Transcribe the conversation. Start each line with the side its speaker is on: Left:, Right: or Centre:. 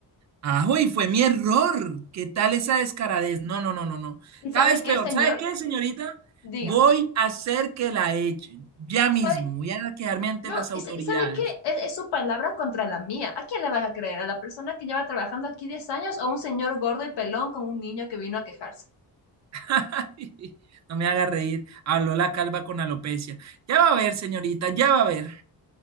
Right: Ah, y fue mi error. ¿Qué tal esa descaradez? No, no, no, no, no.
Left: ¿Y
Right: Cada
Left: sabe
Right: vez
Left: qué,
Right: peor.
Left: señor?
Right: ¿Sabe qué, señorita?
Left: Diga,
Right: Voy a hacer que la echen. Ya mismo.
Left: ¿sabe?
Right: Voy a quejarme ante
Left: No,
Right: las autoridades.
Left: ¿y sa- ¿sabe qué? Es, es su palabra contra la mía. ¿A quién le van a creer? ¿A la persona que lleva trabajando aquí 10 años o a un señor gordo y pelón con un niño que vino a quejarse?
Right: <laughs> No me haga reír. Habló la calva con alopecia. Ya va a ver, señorita, ya va a ver.